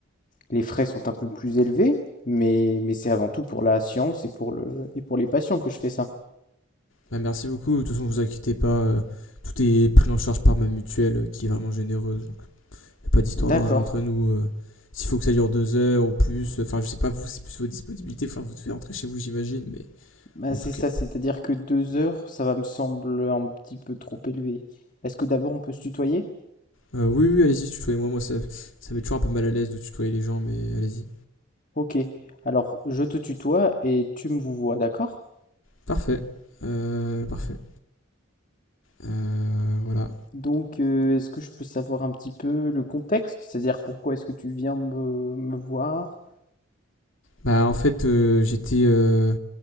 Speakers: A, on the left; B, on the left.
A: les frais sont un peu plus élevés, mais, mais c'est avant tout pour la science et pour le... et pour les patients que je fais ça.
B: Bah, merci beaucoup. De toute façon, vous inquiétez pas. euh, tout est pris en charge par ma mutuelle, euh, qui est vraiment généreuse. Y a pas d'histoire
A: D'accord.
B: d'argent entre nous. euh. S'il faut que ça dure deux heures ou plus, euh, enfin, euh, je sais pas, vous, c'est plus vos disponibilités. Enfin, vous devez rentrer chez vous, j'imagine, mais
A: Bah,
B: en
A: c'est
B: tout cas.
A: ça, c'est-à-dire que deux heures, ça va me sembler un petit peu trop élevé. Est-ce que d'abord on peut se tutoyer?
B: Euh, oui, oui, allez-y, tutoyez-moi. Moi, ça, ça met toujours un peu mal à l'aise de tutoyer les gens, mais allez-y.
A: Ok, alors je te tutoie et tu me vous vois, d'accord?
B: Parfait. Euh, parfait. Euh, voilà.
A: Donc euh, est-ce que je peux savoir un petit peu le contexte? C'est-à-dire pourquoi est-ce que tu viens me, me voir?
B: Bah, en fait, euh, j'étais. euh,